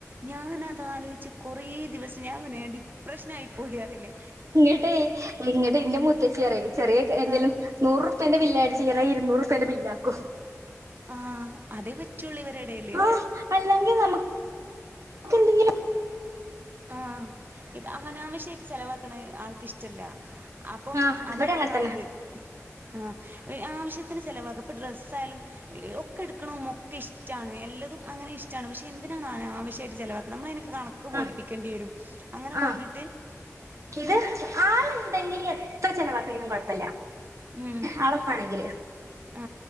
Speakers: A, on the right (about 40°); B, on the right (about 65°).
A: ഞാനത് ആലോച്ച് കൊറെ ദിവസം ഞാൻ പറഞ്ഞീലെ ഞാൻ ഡിപ്രഷനായി പോയി അറില്ലേ
B: ഇങ്ങിട്ട് ഇങ്ങട്ട് ഇന്റെ മൂത്തച്ചി പറിം ചെറിയ എന്തെലും
A: ആഹ്
B: നൂറുറുപ്പേന്റെ ബില്ലല്യിടിച്ചു ചേറ ഇരുന്നൂറുപ്പേന്റെ ബില്ല ആാക്കും
A: ആഹ് അതേ പറ്റുള്ളൂ ഇവരെടേല്
B: ആ അല്ലെങ്കിൽ നമക്ക് എന്തെങ്കിലും
A: ആ ഇപ്പെ അനാവശ്യമായിട്ട് ചെലവാക്കണ ആൾക് ഇഷ്ടല്ല അപ്പം
B: ആ
A: അതാണ്
B: ഇവിടെ അങ്ങനെ
A: ഒന്നാമത്
B: തന്നെ
A: ആ ആവശ്യത്തിന് ചെലവ ഇപ്പ ഡ്രസ്സ ആായാലും ഒക്കെ എടുക്കണതും ഒക്കെ ഇഷ്ടമാണ് ഏല്ലതും അങ്ങനെ ഇഷ്ടണ് പക്ഷെ എന്തിനാണ് ആനആാവശ്യമായിട്ട് ചെലവാക്കണ് നമ്മള അയിനൊക്കെ കണ ക്ക് ബോധിപ്പിക്കേണ്ടി
B: ആ
A: വരും അങ്ങനെ
B: ആ
A: പറഞ്ഞിട്ട്
B: ഇത് ആളുണ്ടെങ്കില് എത്ര ചെലവാക്ക്‌നീനും കൊഴപ്പല
A: ഉം
B: മ് അളപ്പാണെങ്കില്
A: ആ